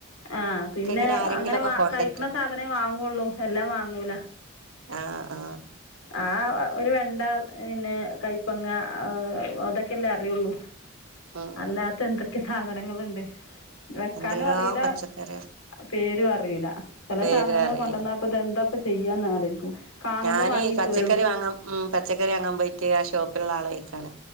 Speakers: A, on the left; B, on the right.
A: ആഹ പിന്നെ
B: ഇക്ക് ഇങ്ങനെ ആരെങ്കിലൊക്കെ
A: അങ്ങനെ വാ
B: കൊണ്ടത്തരും
A: കഴിക്കണ സാധനേ വാങ്ങുള്ളൂ എല്ലാം വാങ്ങൂല
B: ആഹ ആഹ
A: ആ ഒരു വെണ്ട പിന്നെ കൈപ്പങ്ങ അതൊക്കെല്ലേ അറിയുള്ളൂ
B: ഉം
A: അല്ലാത്ത എന്തൊക്കെ സാധനങ്ങുണ്ട് വെക്കാനും
B: എന്തെല്ലാം
A: അറിയില്ല
B: പച്ചക്കറിയാ
A: പേരും അറിയില്ല ചില
B: പേരും
A: സാധനങ്ങൾ
B: അറിയില്ല
A: കൊണ്ടുവന്നപ്പ ഇതെന്താ ചെയ്യാന്ന് ആലോചിക്കും കാണുമ്പോ
B: ഞാന്
A: വാങ്ങിപ്പോരും
B: പച്ചക്കറി വാങ്ങാൻ ഉ പച്ചക്കറി വാങ്ങാൻ പോയിട്ട് ആ ഷോപ്പിലുള്ള ആളൾ കഴിക്കാണ്